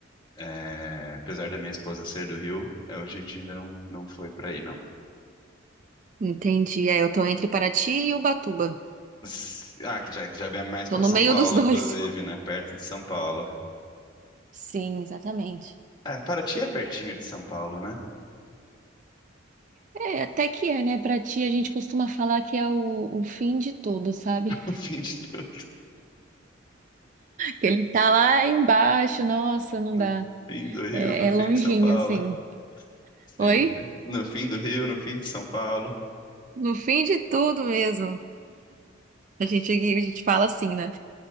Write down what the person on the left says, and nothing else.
É, apesar da minha esposa ser do Rio, eu- a gente ainda não, não foi para aí não.
S- Ah, que já, já vem mais para
São
Paulo,
inclusive, né? Perto de São Paulo.
É, Paraty é pertinho de São Paulo, né?
<laughs> No fim de tudo,
no
fim do Rio,
no
fim
de São Paulo.
Sim,
no fim do Rio, no fim de São Paulo.